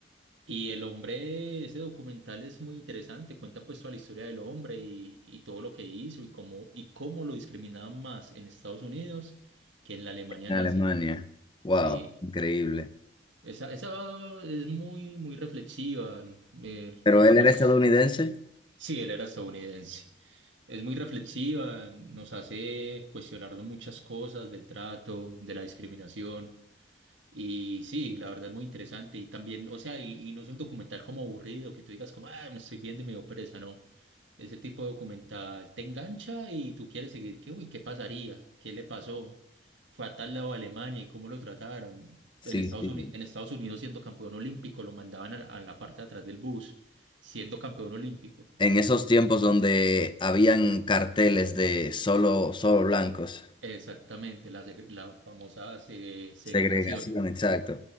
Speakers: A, on the right; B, on the left.
A: Y el hombre, ese documental es muy interesante, cuentan pues toda la historia del hombre y, y todo lo que hizo y cómo, y cómo lo discriminaban más en Estados Unidos que en la Alemania
B: en
A: nazi.
B: Alemania. Wow,
A: Sí,
B: increíble.
A: esa, esa es muy, muy reflexiva. eh,
B: ¿Pero
A: nos,
B: él
A: nos...
B: era estadounidense?
A: Sí, él era estadounidense. Es muy reflexiva, nos hace cuestionarnos muchas cosas del trato, de la discriminación. Y sí, la verdad es muy interesante. Y también, o sea, y, y no es un documental como aburrido, que tú digas como, ah, me estoy viendo y me dio pereza, no. Ese tipo de documental te engancha y tú quieres seguir, que, uy, ¿qué pasaría? ¿Qué le pasó? Fue a tal lado a Alemania y cómo lo trataron.
B: Sí,
A: En Estados
B: sí.
A: Unidos, en Estados Unidos siendo campeón olímpico, lo mandaban a la a la parte de atrás del bus, siendo campeón olímpico.
B: En esos tiempos donde habían carteles de solo, solo blancos.
A: Exactamente, la, seg- la famosa se- segregación.
B: Segregación, exacto.